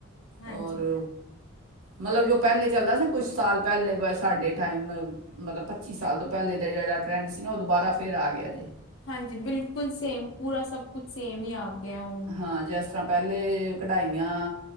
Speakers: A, on the left; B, on the right.
A: ਹਾਂਜੀ
B: ਔਰ ਮਤਲਬ ਜੋ ਪਹਿਲੇ ਚੱਲਦਾ ਸੀ ਕੁਛ ਸਾਲ ਪਹਿਲੇੇ ਬ ਸਾਡੇ ਟਾਈਮ। ਮਤਲਬ ਪੱਚੀ ਸਾਲ ਤੋਂ ਪਹਿਲੇ ਦਾ ਜਿਹੜਾ ਟਰੈਂਡ ਸੀ ਨਾ। ਉਹ ਦੁਬਾਰਾ ਫਿਰ ਆ ਗਿਆ ਜੇ।
A: ਹਾਂਜੀ ਬਿਲਕੁਲ ਸੇਮ ਪੂਰਾ ਸਭ ਕੁੱਛ ਸੇਮ ਈ ਆ ਗਿਆ ਓ
B: ਹਾਂ ਜੈਸ ਤਰ੍ਹਾਂ ਪਹਿਲੇ ਕੜਾਈਆਂ